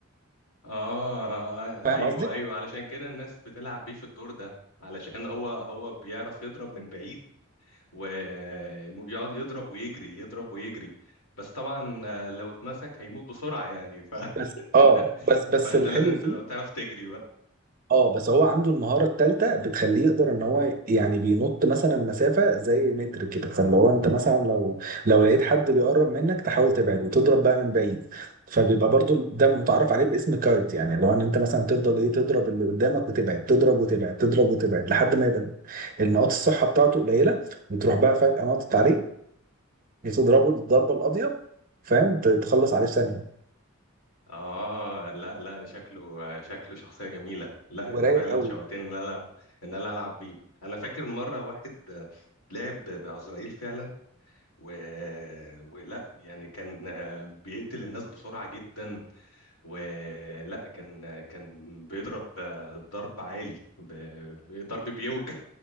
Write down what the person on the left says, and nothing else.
اه
ايوه
ايوه علشان كده الناس بتلعب بيه في الدور ده علشان هو هو بيعرف يضرب من بعيد ويقعد يضرب ويجري يضرب ويجري بس طبعا آه، لو اتمسك هيموت بسرعه يعني ف...
<laughs>
فانت
لازم
تبقى بتعرف تجري
اه لا لا شكله شكله شخصية جميلة لا
انت فعلا
شوقتني ان انا العب ان انا العب بيه انا فاكر مرة واحد لعب بعزرائيل فعلا و... ولا يعني كان بيقتل الناس بسرعة جدا ولا كان كان بيضرب ضرب عالي ب... ضرب بيوجع